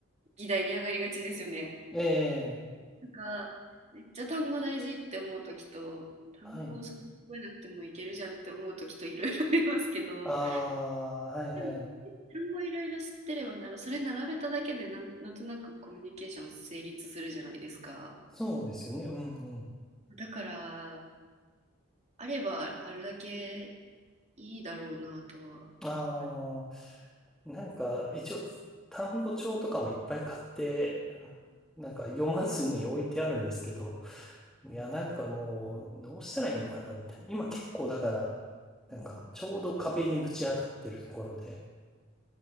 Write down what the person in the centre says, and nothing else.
ええ、
はい。ああ、はいはい。
そうですよね。うんうん。
ああ、なんか一応単語帳とかもいっぱい買って、なんか読まずに置いてあるんですけど、いや、なんかもうどうしたらいいのかなみたいな。今結構だから、なんかちょうど壁にぶち当たってるところで、